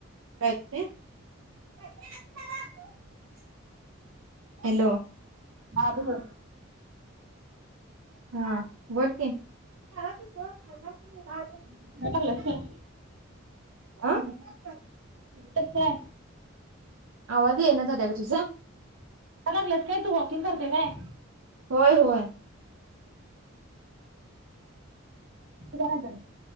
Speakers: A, on the right; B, on the right.
A: काय ते <unintelligible> हॅलो!
B: हां बोल!
A: हा बोल की <unintelligible>
B: काय लागलंस
A: <unintelligible>
B: त काय?
A: आवाज येईना झालाय ग तुझा!
B: <unintelligible> काय तू वॉकिंग करते काय?
A: होय, होय!
B: कोणालतरी!